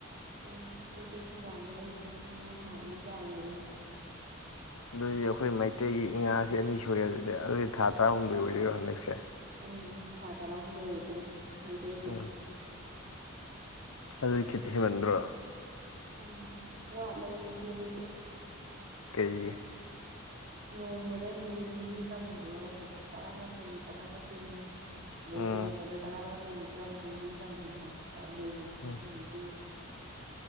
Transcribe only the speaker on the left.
ꯑꯗꯨꯗꯤ ꯑꯩꯈꯣꯏ ꯃꯩꯇꯩꯒꯤ ꯏꯉꯥꯁꯦ ꯑꯅꯤ ꯁꯨꯔꯦ ꯑꯗꯨꯗꯤ ꯑꯗꯨ ꯊꯥ ꯇꯔꯥꯍꯨꯝꯗꯣꯏ
ꯑꯣꯏꯗꯣꯏꯔꯣ ꯍꯟꯗꯛꯁꯦ
ꯎꯝ
ꯑꯗꯨꯗꯤ ꯈꯤꯠ ꯍꯦꯟꯃꯟꯗ꯭ꯔꯣ
ꯀꯩ
ꯎꯝ
ꯎꯝ